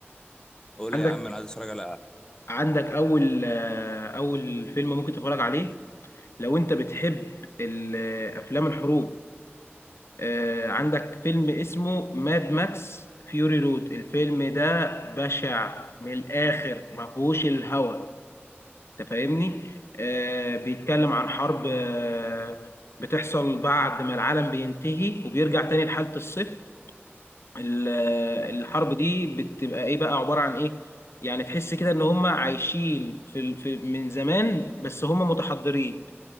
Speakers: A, on the left; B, on the left.
A: قول
B: عندك
A: لي يا عم انا عايز اتفرج على
B: عندك اول آه، اول فيلم ممكن تتفرج عليه لو انت بتحب ال- آه، افلام الحروب آه، عندك فيلم اسمه ماد ماكس فيوري رود الفيلم ده بشع من الآخر ما فيهوش الهوى انت فاهمني آه، بيتكلم عن حرب آه، بتحصل بعد ما العالم بينتهي وبيرجع تاني لحالة الصفر ال- آه، الحرب دي بتبقى ايه بقى عبارة عن ايه يعني تحس كده ان هم عايشين في ال- في- من زمان بس هم متحضرين